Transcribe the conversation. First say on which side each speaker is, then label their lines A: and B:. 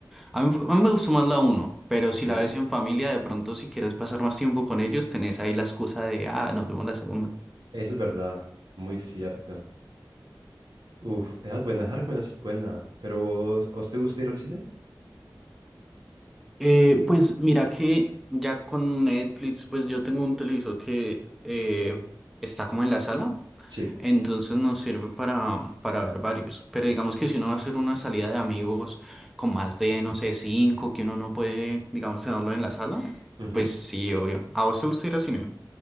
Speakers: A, in the centre; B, on the right (about 85°).
A: A mí, a mí me gustó más la uno, pero
B: Ok.
A: si la
B: Eso
A: ves en familia, de pronto si quieres pasar más tiempo con ellos, tenés ahí la excusa de, ah, nos vemos la segunda.
B: es verdad, muy cierto. Uf, esa es buena, esa recomendación es buena. Pero vos, ¿a vos te gusta ir al cine?
A: Eh, pues mira que ya con Netflix, pues yo tengo un televisor que eh, está como en la sala,
B: Sí.
A: entonces nos sirve para, para ver varios. Pero digamos que si uno va a hacer una salida de amigos con más de, no sé, cinco, que uno no puede, digamos, tenerlo en la sala,
B: Ujú.
A: pues sí, obvio. ¿A vos te gusta ir al cine?